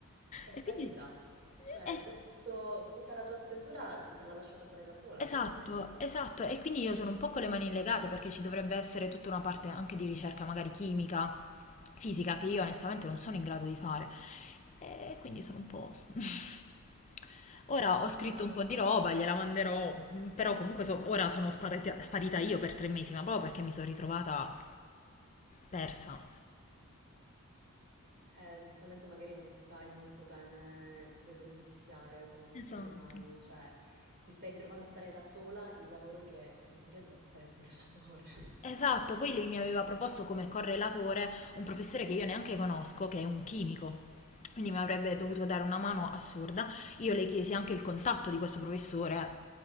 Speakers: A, on the right; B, on the left.
A: è sparita.
B: E quindi...
A: Cioè,
B: eh,
A: tutto- tutta la tua stesura te l'ha lasciata fare da sola
B: Esatto,
A: praticamente.
B: esatto, e quindi io sono un po' con le mani legate perché ci dovrebbe essere tutta una parte anche di ricerca, magari chimica, fisica, che io onestamente non sono in grado di fare. E quindi sono un po'... <laughs> Ora ho scritto
A: Ma
B: un po' di roba, gliela manderò, però comunque so- ora sono sparita, sparita io per tre mesi, ma proprio perché mi sono ritrovata persa.
A: eh, giustamente magari non sai molto bene da dove iniziare, come mettere
B: Esatto.
A: le mani, cioè ti stai ritrovando a fare da sola il lavoro che in teoria dovrebbe fare il tuo relatore.
B: Esatto, poi lei mi aveva proposto come correlatore un professore che io neanche conosco, che è un chimico. Quindi mi avrebbe dovuto dare una mano assurda. Io le chiesi anche il contatto di questo professore